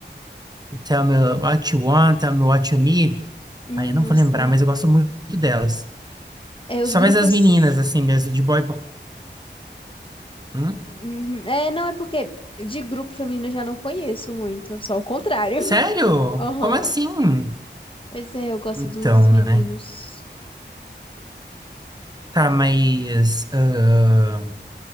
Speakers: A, on the right (about 20°); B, on the left (about 30°).
A: Tell Me What You Want, Tell Me What You Need.
B: Hum,
A: Aí eu não
B: não
A: vou
B: sei.
A: lembrar, mas eu gosto muito delas.
B: É,
A: Só
B: os grupos.
A: mais as meninas, assim, mesmo, de boy... Hum?
B: Uhum. É, não, é porque de grupo feminino eu já não conheço muito, só o contrário. <laughs>
A: Sério?
B: Aham.
A: Como assim?
B: Pois é, eu gosto
A: Então,
B: dos meninos.
A: né? Tá, mas ah,